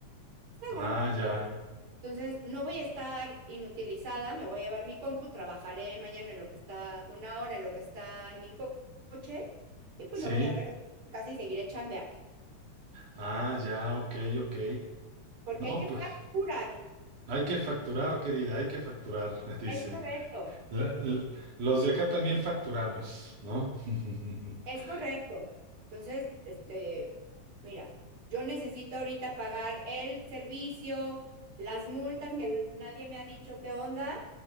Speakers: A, on the right (about 60°); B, on the right (about 80°).
A: Fregón.
B: Ah, ya.
A: Entonces no voy a estar inutilizada, me voy a llevar mi compu, trabajaré mañana en lo que está, una hora en lo que está mi co- coche y pues
B: Sí.
A: luego ya regresaré a mi casa y seguiré chambeando.
B: Ah, ya, ok, ok.
A: Porque
B: No,
A: hay que
B: pues
A: facturar.
B: hay que facturar, querida, hay que facturar, <laughs> dicen.
A: Es correcto,
B: La- l- los de acá también facturamos, ¿no? <laughs>
A: es correcto. Entonces, este, mira, yo necesito ahorita pagar el servicio, las multas que nadie me ha dicho qué onda,